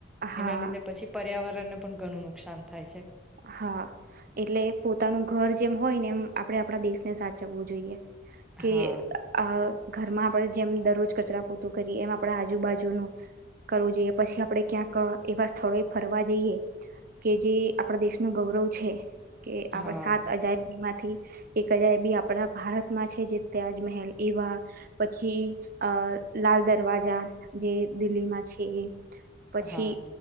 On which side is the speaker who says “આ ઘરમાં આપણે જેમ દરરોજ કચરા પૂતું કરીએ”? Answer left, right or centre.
Right